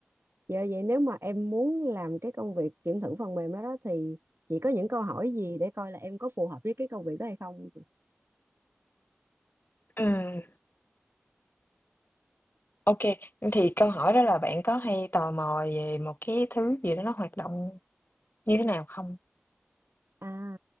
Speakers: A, on the right; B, on the left.
A: chị ơi vậy nếu mà em muốn làm cái công việc kiểm thử phần mềm đó đó thì chị có những câu hỏi gì để coi là em có phù hợp với cái công việc đó hay không
B: ừm. OK, thì câu hỏi đó là bạn có hay tò mò về một cái thứ gì đó nó hoạt động như thế nào không?
A: À,